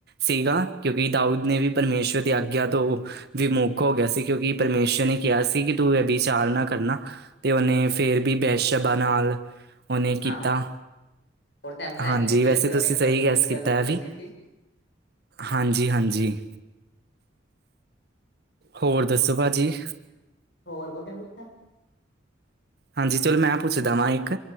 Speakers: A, on the right; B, on the left.
A: ਸੀਗਾ ਕਿਉਂਕਿ ਦਾਊਦ ਨੇ ਵੀ ਪਰਮੇਸ਼ੁਅਰ ਦੀ ਆਗਿਆ ਤੋਂ ਵਿਮੁੱਖ ਹੋ ਗਿਆ ਸੀ। ਕਿਉਂਕਿ ਪਰਮੇਸ਼ਅਰ ਨੇ ਕਿਆ ਸੀ ਕਿ ਤੂੰ ਐ ਵਿਚਾਰ ਨਾ ਕਰਨਾ। ਤੇ ਓਨੇ ਫੇਰ ਵੀ ਬੈਸ਼ਬਾ ਨਾਲ, ਓਨੇ ਕੀਤਾ।
B: ਹਾਂ ਹੋਰ ਸੈਮਸਨ
A: ਹਾਂਜੀ,
B: ਨੇ ਵੀ
A: ਵੈਸੇ
B: ਪਰਮੇਸ਼ਵਰ
A: ਤੁਸੀ ਸਈ
B: ਦੀ
A: ਗੈੱਸ ਕੀਤਾ
B: ਗੱਲ ਨਹੀਂ
A: ਐ
B: ਮੰਨੀ
A: ਵੀ।
B: ਸੀ
A: ਹਾਂਜੀ-ਹਾਂਜੀ। ਹੋਰ ਦੱਸੋ ਪਾਜੀ?
B: ਹੋਰ ਕੌਅਸ਼ਨ ਪੁਛਾਂ?
A: ਹਾਂਜੀ, ਚਲੋ ਮੈਂ ਪੁੱਛਦਾ ਵਾਂ ਇਕ